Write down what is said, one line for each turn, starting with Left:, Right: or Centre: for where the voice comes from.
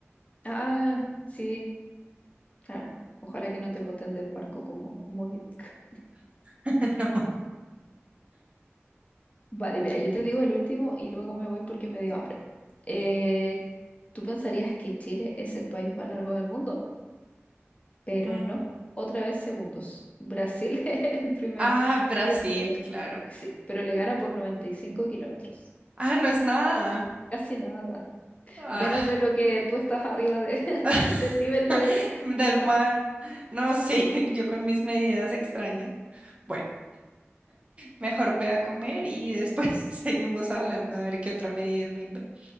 Left: Ah, sí, claro. Ojalá que no te boten del barco como Moby Dick.
Right: <laughs> No.
Left: <laughs> Vale, mira, yo te digo el último y luego me voy porque me dio hambre. Eh, tú pensarías que Chile es el país más largo del mundo, pero
Right: Mm.
Left: no. Otra vez segundos. Brasil <laughs> es el primer,
Right: Ah, Brasil,
Left: el, pa-
Right: claro.
Left: sí, pero le gana por 95 kilómetros.
Right: Ah, no es nada.
Left: Casi nada.
Right: Ah,
Left: Menos de lo que tú estás arriba de, <laughs>
Right: <laughs>
Left: del nivel de,
Right: del
Left: del mar.
Right: mar. No, sí, <laughs> yo con mis medidas extrañas. Bueno, mejor ve a comer y después <laughs> seguimos hablando
Left: Hablamos.
Right: a ver qué otra medida me invento.